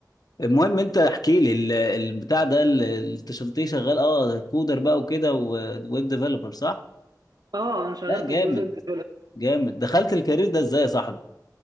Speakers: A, on the left (about 60°); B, on the right (about 65°).
A: المهم انت احكي لي ال- البتاع ده ال- التشلتيه شغال اه كودر بقى وكده و- ويب ديفلوبر صح؟
B: اه انا شغال
A: لا جامد
B: في الجزء الديفلوب
A: جامد دخلت الكارير ده ازاي يا صاحبي؟